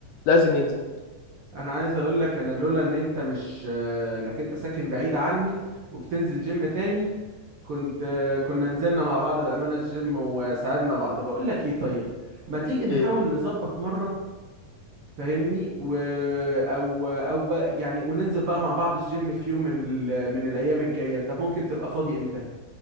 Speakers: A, on the left; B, on the right.
A: لازم ينزل
B: انا عايز اقول لك انا لولا ان انت مش آه، انك انت ساكن بعيد عني وبتنزل جيم تاني كنت آه، كنا نزلنا مع بعض بأمانة الجيم وساعدنا بعض بقول لك ايه طيب ما تيجي نحاول
A: ايه
B: نظبط مرة فاهمني و او او بقى يعني وننزل بقى مع بعض الجيم في يوم من ال... من الايام الجايه انت ممكن تبقى فاضي امتى